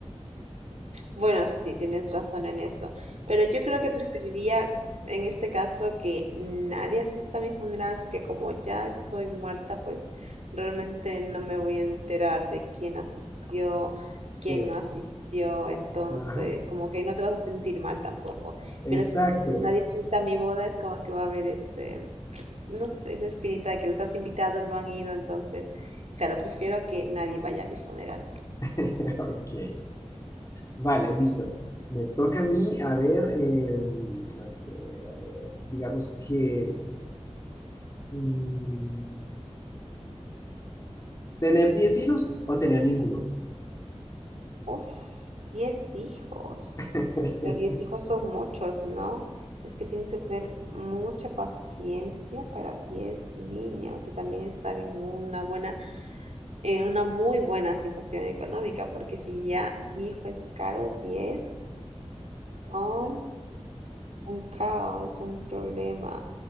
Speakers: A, on the right; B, on the left.
A: Bueno, sí, tienes razón en eso. Pero yo creo que preferiría en este caso que nadie asista a mi funeral porque como ya estoy muerta, pues realmente no me voy a enterar de quién asistió,
B: Sí,
A: quién no asistió. Entonces,
B: ajá,
A: como que no te vas a sentir mal tampoco.
B: exacto.
A: Pero si nadie asiste a mi boda, es como que va a haber ese... no sé, esa espinita de que les has invitado, no han ido, entonces, claro, prefiero que nadie vaya a mi funeral.
B: <laughs> Ok, vale, listo. Me toca a mí, a ver, eh, a ver, a ver, a ver, digamos que... mm, ¿Tener 10 hijos o tener ninguno?
A: Uf, 10 hijos.
B: <laughs>
A: Pero 10 hijos son muchos, ¿no? Es que tienes que tener mucha paciencia para 10 niños y también estar en una buena, en una muy buena situación económica, porque si ya un hijo es caro, 10 son un caos, un problema.